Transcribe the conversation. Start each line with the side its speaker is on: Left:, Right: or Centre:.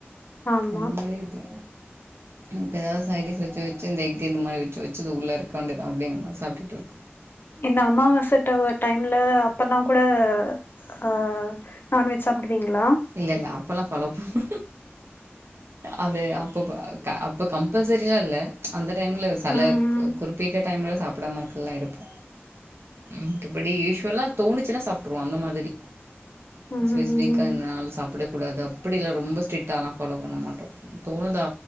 Left: ஆமா
Right: அந் மாரி இருக்கு இப்ப எதாவத் சைட் டிஸ் வெச்சு வெச்சு இந்த எக்கு இந்த மாரி வெச்சு வெச்சு உள்ளார அன்ப்பவேண்டிதா அப்டினு சாப்டுட்டுருக்கோ
Left: இந்த அம்மாவாச டவ டைம்ல அப்பெல்லா கூட அ நான்வெஜ் சாப்டுவீங்களா
Right: இல்ல இல்ல அப்பொல்லா ஃபாலோ பண்ணுவோ அது அப்பப்ப க அப்போ கம்பல்சரியா இல்ல அந்த டைம்ல செல
Left: ம்
Right: குறிப்பிட்ட டைம்ல சாப்பிடாம இருக்கல இருப்போ மத்லபடி யூஷ்வலா தோணுச்சுன்னா சாப்ட்ருவோ அந்த மாதிரி
Left: ம்
Right: ஸ்பெசிஃபிக்கா
Left: ம்
Right: இந்த நாள் சாப்பிட கூடாது அப்படி இல்ல ரொம்ப ஸ்ட்ரிட்டாலா ஃபாலோ பண்ண மாட்டோ தோணுதா